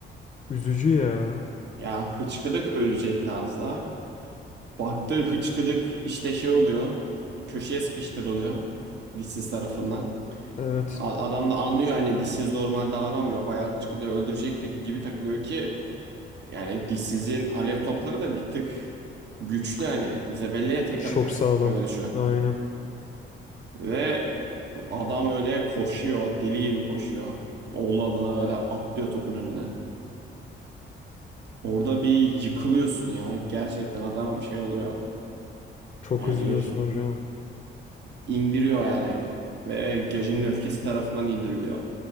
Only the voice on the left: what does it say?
Üzücü ya.
Evet.
Çok
sağlam.
Aynen.
Çok
üzülüyorsun hocam.